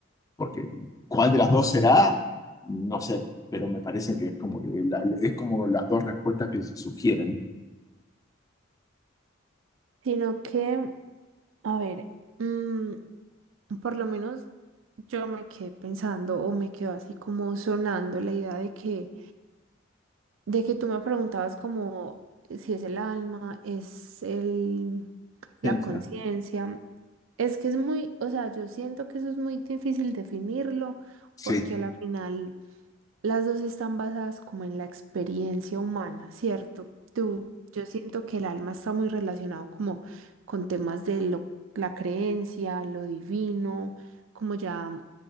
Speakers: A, on the left (about 15°); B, on the right (about 75°).
A: porque cuál de las dos será, no sé, pero me parece que es como que la- es como las dos respuestas que se sugieren. <laughs>
B: sino que... A ver, mm, por lo menos yo me quedé pensando o me quedó así como sonando la idea de que, de que tú me preguntabas como si es el alma, es el,
A: Sí,
B: la
A: o
B: conciencia.
A: sea,
B: Es que es muy, o sea, yo siento que eso es muy difícil definirlo
A: sí,
B: porque a la final las dos están basadas como en la experiencia humana, ¿cierto? Tú, yo siento que el alma está muy relacionado como con temas de lo la creencia, lo divino, como ya